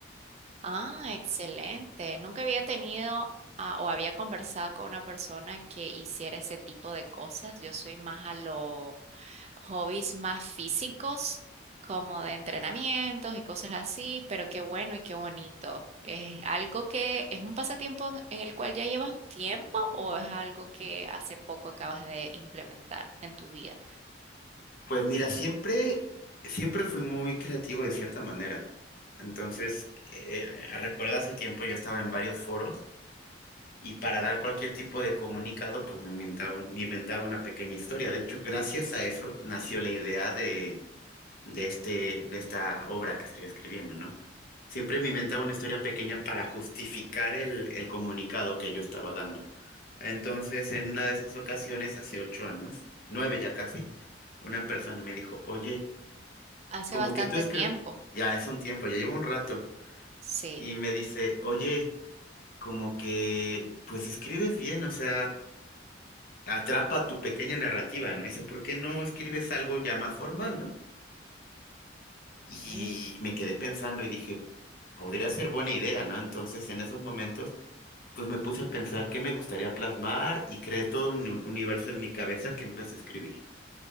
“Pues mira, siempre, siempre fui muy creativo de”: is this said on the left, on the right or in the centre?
Left